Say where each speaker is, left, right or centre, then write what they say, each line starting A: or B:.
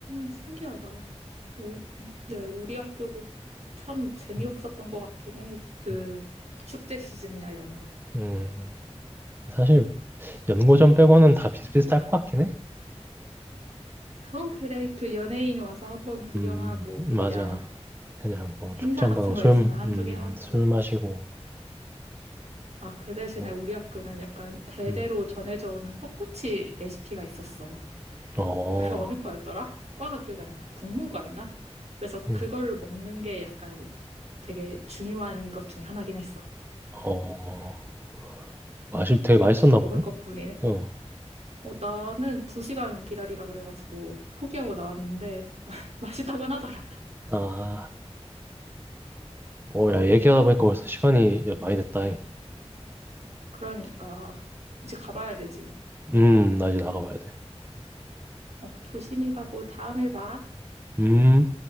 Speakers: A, on the right; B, on the right.
A: 신기하다. 우리, 네, 우리 학교도 참 재미없었던
B: 음,
A: 것 같긴 해. 그
B: 음,
A: 축제 시즌이나 이런 거.
B: 음. 사실, 연고전 빼고는 다 비슷비슷할 것 같긴 해.
A: 그건 그래. 그 연예인 와서 한번 구경하고
B: 음, 맞아.
A: 그냥
B: 그냥, 어,
A: 행사
B: 축제 한번
A: 같은
B: 하고
A: 거
B: 술,
A: 있으면
B: 음,
A: 한두 개 하고.
B: 술 마시고,
A: 아, 그 대신에
B: 어,
A: 우리 학교는 약간 대대로
B: 음,
A: 전해져 오는 떡꼬치 레시피가 있었어.
B: 어,
A: 그게 어느 과였더라? 과가 기억이 안 난다. 국문과였나? 그래서
B: 음,
A: 그걸 먹는 게 약간 되게 중요한 것 중에 하나긴 했어.
B: 어. 맛이 되게 맛있었나
A: 진짜 먹을
B: 보네?
A: 것뿐이네.
B: 어.
A: 어, 나는 두 시간 기다리라 그래가지고 포기하고 나왔는데 <laughs> 맛있다고는 하더라.
B: 아, 오, 야, 얘기하다 보니까
A: 하여튼.
B: 벌써 시간이 야, 많이 됐다. 이.
A: 그러니까 이제 가봐야 되지.
B: 음, 나 이제 나가봐야 돼.
A: 어, 조심히 가고 다음에 봐.
B: 음.